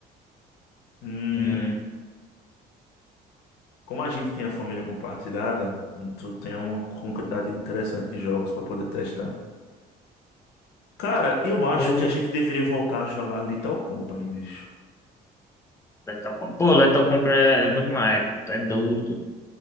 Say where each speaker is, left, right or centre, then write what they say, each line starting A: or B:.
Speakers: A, on the left; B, on the left.
A: Hum,
B: Hum,
A: como a gente tem a família compartilhada, tu tem uma quantidade interessante de jogos pra poder testar. Cara, eu acho
B: pô,
A: que a gente deveria voltar a jogar Lethal Company, bicho.
B: Lethal Company. Pô, Lethal Company é é bom demais, pô, tu é doido.